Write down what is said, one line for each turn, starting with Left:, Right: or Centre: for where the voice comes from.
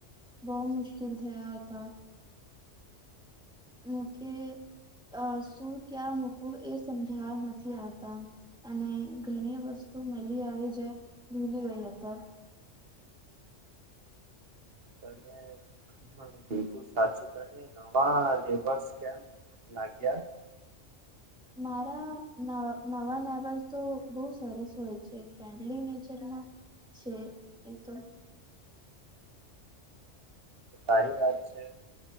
Centre: બવ મુશ્કેલ થયા હતા. મુકે અ શું ક્યા મૂકું એ સમજાવા નથી આવતા અને ઘણી વસ્તુ મળી આવી જે ભૂલી ગયા હતા.
Right: તને ગ બિલકુલ સાચુ તો હે. નવા લેબર્સ કેમ લાગ્યા?
Centre: મારા ન નવા નેવર તો બહુ સરસ હોય છે, ફ્રેન્ડલી નેચરમાં છે એ તો.
Right: સારી વાત છે